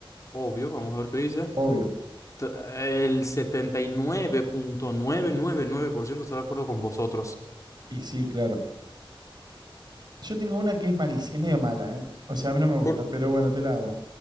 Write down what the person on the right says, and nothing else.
obvio.
Y sí, claro. Yo tengo una que es malísima, es medio mala, ¿eh? O sea, a mí no me gusta,
pero bueno, te la hago.